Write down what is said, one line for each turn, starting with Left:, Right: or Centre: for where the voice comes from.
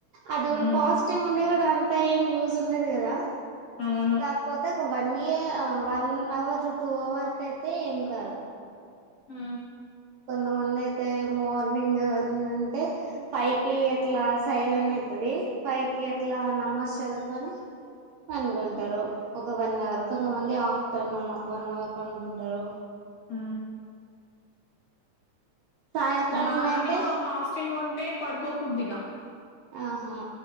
Right: అది
Left: హ్మ్.
Right: ఉడ్ పాసిటివ్ ఉండి గూడ అన్ ఇంత ఏం యూజ్ ఉండేది కదా
Left: అవును.
Right: కాకపోతే ఒక మీ వన్ అవర్ టూ అవర్ క అయితే ఏం కాదు
Left: హ
Right: కొంతమంది అయితే మార్నింగ్ అంటే ఫైవ్ కి ఎట్లా సైర్ అన్ అవుతుది పైకి ఎట్లా నమ్మార్ చదువు కని పండుగొంటారు ఒక వన్ అవర్ కొంతమంది ఆఫ్టర్నూన్ ఒక వన్ అవర్ పండుగంటారు
Left: ఆ
Right: సాయంత్రం
Left: మా దాంట్లో
Right: అయితే
Left: ఫాస్టింగ్ ఉ అంటే పడుకోకూడదుగా
Right: ఆహా